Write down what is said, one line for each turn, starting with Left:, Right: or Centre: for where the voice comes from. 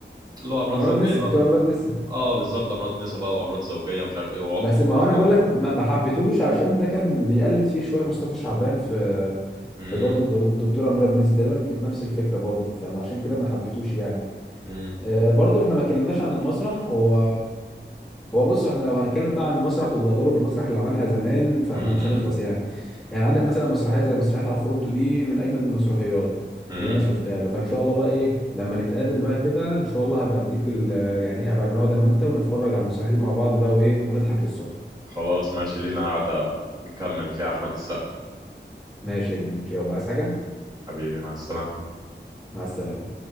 Right: اللي هو امراض
Centre: أمراض
Right: زوجيه
Centre: نسا دكتور
Right: بقى
Centre: أمراض نسا
Right: اه بالظبط امراض نسا بقى وامراض زوجيه ومش عارف ايه وعقم
Centre: بس ما
Right: ومش
Centre: هو انا بقول
Right: عقم
Centre: لك ما ما حبيتهوش عشان ده كان بيقلد فيه شويه مصطفى شعبان في
Right: امم
Centre: في برضه دكتوره مراد نسا تقريبا كانت نفس الفكره برضه فعشان كده ما حبيتهوش يعني
Right: امم
Centre: آه، برضه احنا ما اتكلمناش عن المسرح هو هو بص احنا لو هنتكلم بقى عن المسرح ودوره في المسرح اللي عملها زمان فاحنا
Right: امم
Centre: مش هنخلص يعني يعني عندك مثلا مسرحيه زي مسرحيه عفروتو دي من اجمد المسرحيات
Right: أمم.
Centre: اللي انا شفتها له فان شاء الله بقى ايه لما نتقابل بقى كده ان شاء الله هبقى اديك ال- يعني ايه هبقى نقعد انا وانت ونتفرج على المسرحيه دي مع بعض بقى وايه ونضحك للصبح
Right: خلاص ماشي لينا قاعده نكمل فيها احمد السقا
Centre: ماشي يا كبير يلا عايز حاجة
Right: حبيبي مع السلامه
Centre: مع السلامة